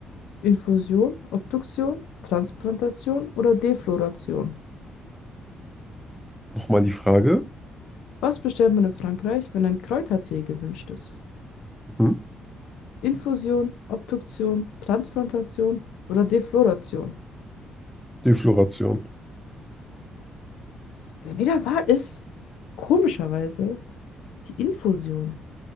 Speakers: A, on the left (about 85°); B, in the centre.
A: Infusion, Obduktion, Transplantation oder Defloration?
B: Nochmal die Frage.
A: Was bestellt man in Frankreich, wenn ein Kräutertee gewünscht ist?
B: Hm?
A: Infusion, Obduktion, Transplantation oder Defloration?
B: Defloration.
A: Leider war es komischerweise die Infusion.